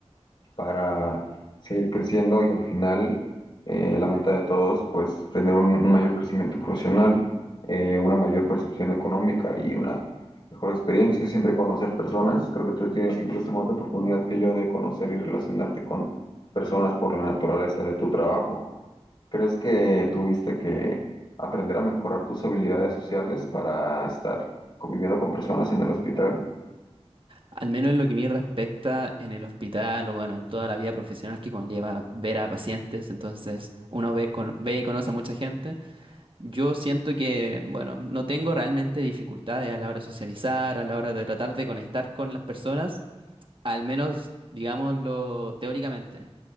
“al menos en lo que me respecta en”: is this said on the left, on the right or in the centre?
Right